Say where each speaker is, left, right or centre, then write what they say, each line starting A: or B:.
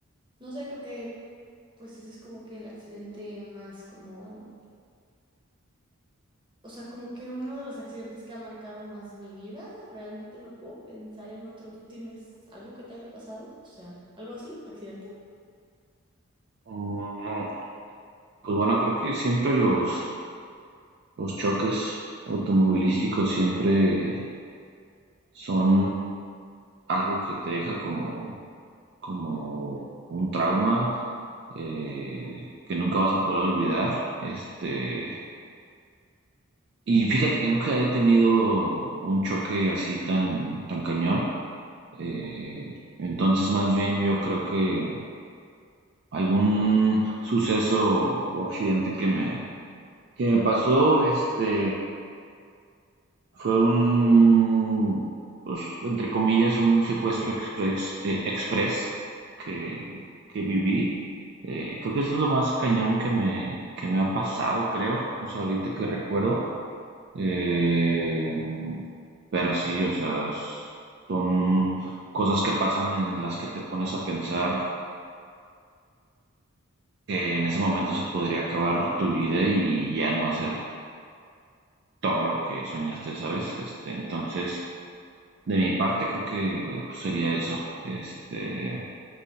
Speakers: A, on the right; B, on the right.
A: No sé, creo que pues ese es como que el accidente más como, o sea, como que uno de los accidentes que ha marcado más mi vida, realmente no puedo pensar en otro. ¿Tú tienes algo que te haya pasado? O sea, algo así, accidente.
B: Mm, Pues bueno, creo que siempre los, los choques automovilísticos siempre son algo que te deja como, como un trauma eh, que nunca vas a poder olvidar. Este, y fíjate que nunca he tenido un choque así tan, tan cañón. Eh, entonces, más bien yo creo que algún suceso o accidente que me, que me pasó, este, fue un, pues, entre comillas, un secuestro express, eh, express que, que viví. Eh, creo que eso es lo más cañón que me, que me ha pasado, creo. O sea, ahorita que recuerdo. Eh, pero sí, o sea, son cosas que pasan en las que te pones a pensar que en ese momento se podría acabar tu vida y ya no hacer todo lo que soñaste, ¿sabes? Este, entonces, de mi parte creo que pues, sería eso. Este,